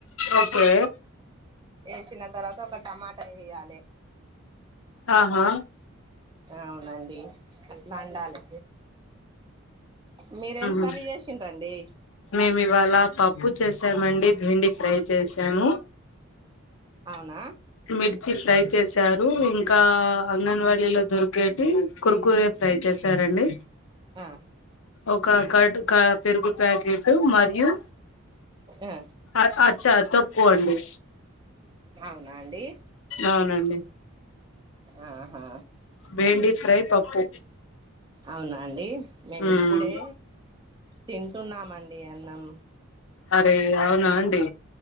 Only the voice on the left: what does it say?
ఓకే
ఆహా
ఊహు
మేము ఇవాళ పప్పు చేసానండి బెండి ఫ్రై చేసాము
మిర్చి ప్రై చేశారు ఇంకా అంగన్వాడీలో దొరికేటి కురుకురే ఫ్రై చేశారా అండి
ఒక కర్డ్ క పెరుగు ప్యాకెట్ మరియు
అ అచ్చ తొక్కు అండి
అవునండి
భేండి ఫ్రై పప్పు
ఉమ్
అరే అవున అండి